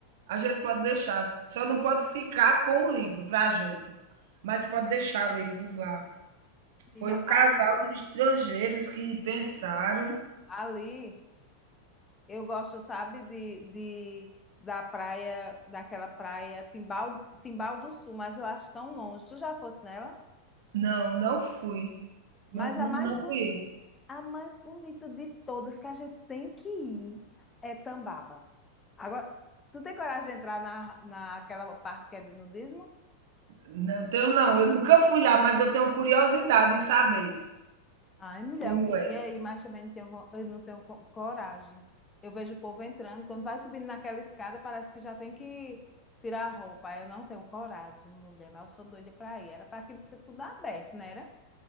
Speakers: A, on the right (about 55°); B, on the left (about 15°).
A: A gente pode deixar, só não pode ficar com o livro para a gente, mas pode deixar livros lá.
B: Menina,
A: Foi um casal
B: a-
A: de estrangeiros que pensaram.
B: ali eu gosto, sabe, de, de da praia, daquela praia Timbal, Timbal do Sul, mas eu acho tão longe. Tu já fosse nela?
A: Não, não fui. Não,
B: Mas
A: não,
B: a mais,
A: não
B: boni-
A: conheço.
B: a mais bonita de todas que a gente tem que ir é Tambaba. Agora, tu tem coragem de entrar na, naquela parte que é de nudismo?
A: Não tenho, não. Eu nunca fui lá, mas eu tenho curiosidade em saber
B: Ai, mulher,
A: como
B: eu queria
A: é.
B: ir, mas também não tenho, vo- eu não tenho co- coragem. Eu vejo o povo entrando, quando vai subindo naquela escada, parece que já tem que tirar a roupa. Aí Eu não tenho coragem, mulher, mas eu sou doida para ir. Era para aquilo ser tudo aberto, não era?